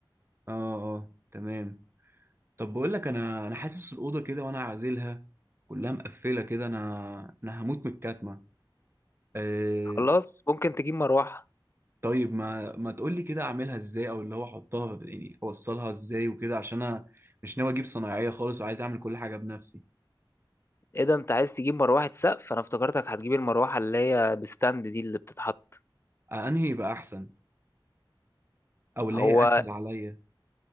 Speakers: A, on the right (about 25°); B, on the left (about 30°).
A: اه اه تمام طب بقول لك انا انا حاسس الأوضة كده وانا عازلها كلها مقفلة كده انا انا هموت من الكتمة إيه
B: خلاص ممكن تجيب مروحة
A: طيب ما ما تقول لي كده اعملها ازاي او اللي هو احطها يعني اوصلها ازاي وكده عشان انا مش ناوي اجيب صنايعية خالص وعايز اعمل كل حاجة بنفسي
B: ايه ده انت عايز تجيب مروحة سقف انا افتكرتك هتجيب المروحة اللي هي بستاند دي اللي بتتحط
A: آه، انهي يبقى احسن او اللي
B: هو
A: هي اسهل عليا